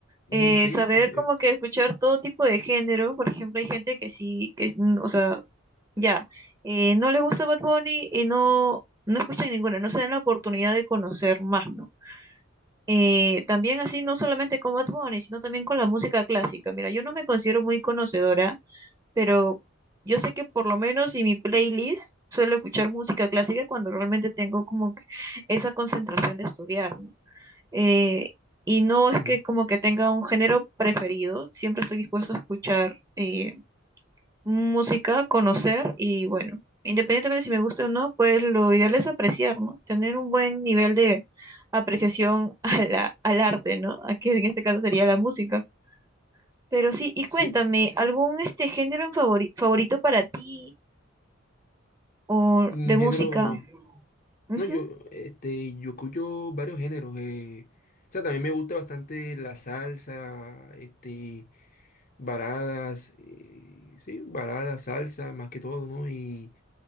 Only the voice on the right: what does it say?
Eh,
saber
como
que escuchar todo tipo de género. Por ejemplo, hay gente que sí, que, es- mm, o sea, ya, eh, no les gusta Bad Bunny y no, no escuchan ninguna, no se dan la oportunidad de conocer más, ¿no? eh, también así, no solamente con Bad Bunny, sino también con la música clásica. Mira, yo no me considero muy conocedora, pero yo sé que por lo menos en mi playlist suelo escuchar música clásica cuando realmente tengo como que esa concentración de estudiar, ¿no? Eh, y no es
que como que tenga un género preferido, siempre estoy dispuesto a escuchar eh, música, conocer y bueno, independientemente de si me gusta o no, pues lo ideal es apreciar, ¿no? Tener un buen nivel de apreciación <laughs> a la, al arte, ¿no? A que en este caso sería la música. Pero sí, y cuéntame,
¿algún este género en favori- favorito para ti o
de música?
Ujú,